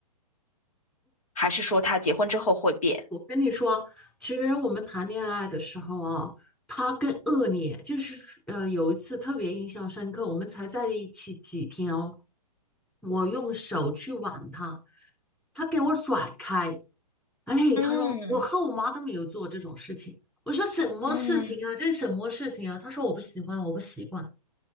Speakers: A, on the left (about 65°); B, in the centre.
A: 还是说他结婚之后会变？
B: 我跟你说，其实我们谈恋爱的时候啊，他更恶劣，就是呃有一次特别印象深刻，我们才在一起几天哦，我用手去挽他，他给我甩开，哎，
A: 嗯
B: 他说我和我妈都没有做这种事情，我说什么事情啊，
A: 嗯，
B: 这是什么事情啊？他说我不喜欢，我不习惯，